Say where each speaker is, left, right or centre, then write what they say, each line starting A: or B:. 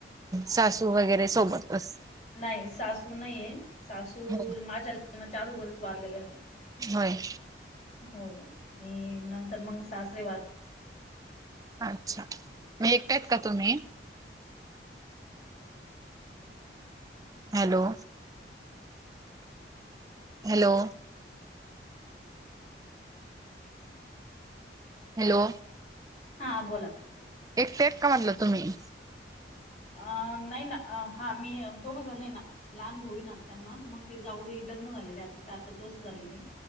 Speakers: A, on the right; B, on the left.
A: सासू वगैरे सोबत अस
B: नाही. सासू नाहीये सासू
A: हो
B: माझ्या लग्नाच्या अगोदरच वारलेल्या होत्या.
A: होय.
B: हो. आणि नंतर मग सासरे वा
A: अच्छा! म एकट्यात आहात का तुम्ही? हॅलो. हॅलो. हॅलो.
B: हां बोला.
A: एकटेत का म्हणलं तुम्ही?
B: अ नाही ना हा मी दोघंजण नाही ना. लहान भाऊना त्यांना मग ते जाऊबाई लग्न झालेले आता चार-पाच वर्ष झालेले.